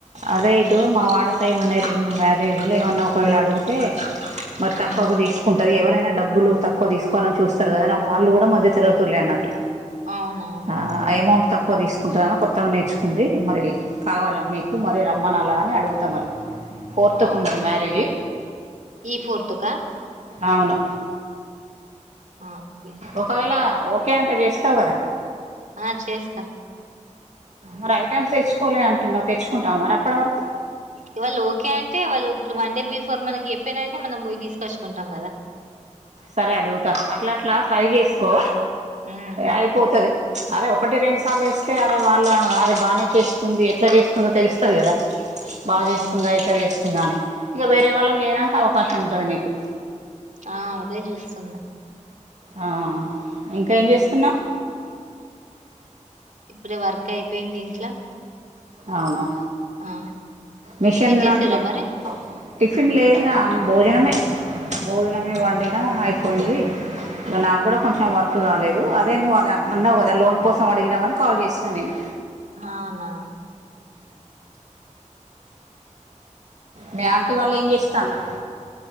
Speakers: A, on the right (about 65°); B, on the right (about 80°).
A: అదే ఇటు మా వాడ సైడ్ ఉన్నాయి రెండు మూడు మ్యారేజ్లు ఏమన్నా ఒకవేళ అడుగు టే మరి
B: ఉమ్
A: తక్కువకు తీసు ఎవరైనా డబ్బులు తక్కువ తీసుకోవాలని చూస్తారు కదా వాళ్ళు కూడా మధ్య తరగతులే అన్నట్టు
B: అవునా
A: ఆ అమౌంట్ తక్కువ తీసుకుంటుంరా కొత్తగా నేర్చుకుంది మరి కావాలా మీకు మరి రమ్మనలా అని అడుగుతా మరి ఫోర్త్కు
B: ఆ
A: ఉన్నది మ్యారేజీ
B: ఈ ఫోర్త్ క
A: అవును
B: ఆ ఓకే
A: ఒకవేళ ఒకే అంటే చేస్తవు కదా
B: ఆ చేస్తా
A: మరి ఐటమ్స్ తెచ్చుకోలే అంటున్నావు తెచ్చుకుంటావ మరి అప్పటి వరకి
B: ఇవాళ ఓకే అంటే వాళ్ళు ఇప్పుడు వన్ డే బిఫోర్ మనకి చెప్పిరూ అంటే మనం పోయి తీసుకొచ్చుకుంటాం కదా
A: సరే అడుగుతా అట్లాట్లా ట్రై చేసుకో
B: ఉమ్
A: అయిపోతది అరే ఒకటి రెండు సార్లు చేస్తే అరే వాళ్ళు అరే బానే చేస్తుంది ఎట్లా చేస్తుందో తెలుస్తది కదా బాగా చేస్తుందా
B: అవును
A: ఎట్లా చేస్తుందా అని ఇంక వేరే వాళ్ళకి చేయడానికి అవకాశం ఉంటాది నీకు
B: ఆ అదే చూస్తున్న
A: ఆ ఇంక ఏమ్ చేస్తున్నావు
B: ఇప్పుడే వర్క్ అయిపోయింది ఇంట్లో
A: అవునా
B: ఆ
A: మిషన్
B: టిఫిన్ చేసిర్రా
A: లాంటిది
B: మరి
A: టిఫిన్ లేదురా అ భోజనమే భోజనమే వండినా
B: అవును
A: అయి పోయింది ఇగ నాకు కూడా కొంచెం వర్క్ కాలేదు అదే నువ్వు అది అన్నావు కదా లోన్ కోసం అడిగినామని కాల్ చేసినా నేను
B: అవునా
A: మీ ఆంటీ వాళ్ళు ఏం చేస్తాళ్ళు